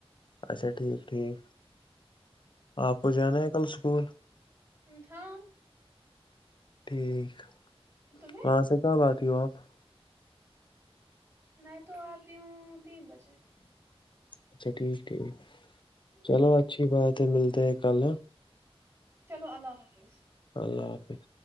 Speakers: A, on the left; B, on the right.
A: اچھا ٹھیک ٹھیک آپ کو جانا ہے کل <unintelligible>
B: ہ ہاں
A: ٹھیک
B: تمہیں
A: وہاں سے کیا بات ہے <inaudible>
B: میں تو آتی ہوں تین بجے
A: اچھا ٹھیک ٹھیک
B: ہم،
A: چلو اچھی بات ملتے ہے کل
B: چلو
A: اللہ حافظ